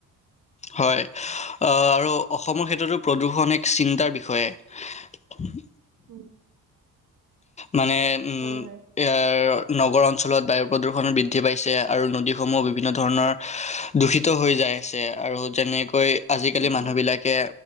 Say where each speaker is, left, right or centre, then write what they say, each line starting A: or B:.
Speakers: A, on the left; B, on the right.
A: হয়। আ' আৰু, অসমৰ ক্ষেত্ৰতো প্ৰদূষণ
B: উম,
A: এক চিন্তাৰ বিষয়। হৈয়ে।
B: উম।
A: মানে উম
B: হয় হয়
A: ইয়াৰ নগৰ অঞ্চলত বায়ু প্ৰদূষণৰ বৃদ্ দ্ধি পাইছে আৰু নদীসমূহ বিভিন্ন ধৰণৰ দূষিত হৈ যাই আছে আৰু যেনে কৈ আজিকালি
B: উম
A: মানুহবিলাকে